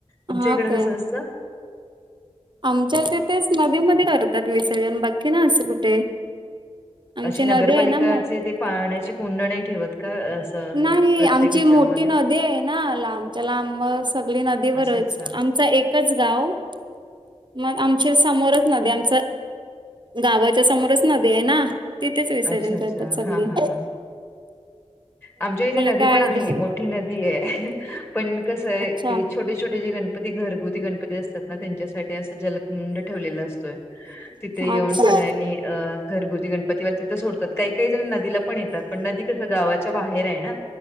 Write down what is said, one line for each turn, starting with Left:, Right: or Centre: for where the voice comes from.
Left: तुमच्या
Right: हा
Left: इकडं
Right: काय
Left: कसं असतं.
Right: आमच्या येथेच नदीमध्ये करतात विसर्जन, बाकी ना असं कुठे. आमची
Left: अशी
Right: नदी
Left: नगरपालिकाचे
Right: आहे ना मो
Left: ते पाण्याची कुंड नाही ठेवत कां. असं
Right: नाही
Left: अ, प्रत्येक
Right: आमची
Left: ह्याच्यामध्ये?
Right: मोठी नदी आहे ना लांबच्या लांब मगं सगळी नदीवरच.
Left: अच्छा अच्छा.
Right: आमचा एक कचगावं. मग आमच्या समोरच नद्यांच, गावाच्या समोरच नदी आहे ना. तिथेच विसर्जन
Left: अच्छा अच्छा
Right: करतात सगळी‌.
Left: हा हा हा. आमच्या इथे नदी
Right: काय
Left: पण आहे
Right: दुस
Left: मोठी नदी आहे. पण कसं हाय
Right: अच्छा
Left: की, छोटे छोटे जे गणपती घरगुती गणपती असतात ना त्यांच्यासा तिथं असं जलकुंड ठेवलेलं असतोय तिथे येऊन
Right: अच्छा
Left: सगळ्यांनी. घरगुती गणपतीवाले तिथं सोडतात काही काही जणं नदीला पण येतात पण नदी कसं गावाच्या बाहेर आहेना